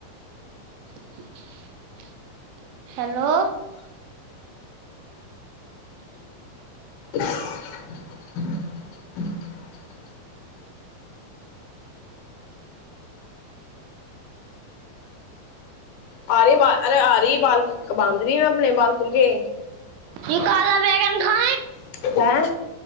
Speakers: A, on the right; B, on the left.
A: <unintelligible> हैेलो
B: <unintelligible> आ र बाल अरे आ री बाल बाधं री अपने बाल खुलके
A: ई काला बैगन खा
B: हैं